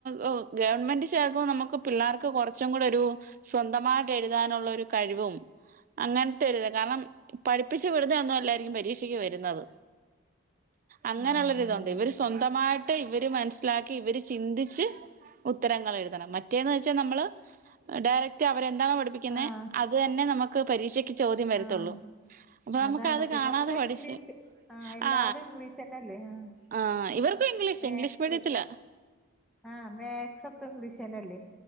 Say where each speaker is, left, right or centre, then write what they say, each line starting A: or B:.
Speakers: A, on the right; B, in the centre.
A: ഹ് ഗവൺമെന്റ് ചേർക്ക്മ്പ നമക്ക് പിള്ളേർക്ക് കൊറച്ചും കൂടെ ഒരു സ്വന് ന്തമായിട്ട് എഴുതാനുള്ള ഒരു കഴിവും അങ്ങൻത്തെ ഒരു കാരണം പഠിപ്പിച്ചു വിടുന്ന ഒന്നും അല്ലായിരിക്കും പരീക്ഷക്ക് വെരുന്നത് അങ്ങനെയുള്ളരിതൊണ്ട്
B: ആഹ് അല്ലല്ലേ
A: ഇവര് സ്വന്തമായി ഇവര് മനസ്സിലാക്കി ഇവര് ചിന്തിച്ച് ഉ ഉത്തരങ്ങൾ എഴുതണം മറ്റേന്ന് വെച്ചാൽ നമ്മള് ഡയറക് ക്ട് അവരെ എന്താണൊ പഠിപ്പിക്കുന്നെ
B: ആഹ്
A: അത് തന്നെ നമു ക്ക് പരീക്ഷയ് ചോദ്യം വരുത്തുള്ളൂ
B: ആഹ്
A: അപ്പൊ നമുക്ക്
B: അതാണ്
A: അത്
B: പിന്നെ
A: കാണാതെ
B: ഒക്കെ
A: പഠിച്ച്
B: ഇംഗ്ലീഷ് ആഹ് എല്ലാതും
A: ആ
B: ഇംഗ്ലീഷന്നല്ലേ ആഹ്
A: ആ ഇവർക്കും ഇംഗ്ലീഷ്
B: മാത്സ്
A: ഇംഗ്ലീഷ് മീഡിയത്തിലാ
B: ആഹ് മാത്സ് ഒക്കെ ഇംഗ്ലീഷന്നല്ലേ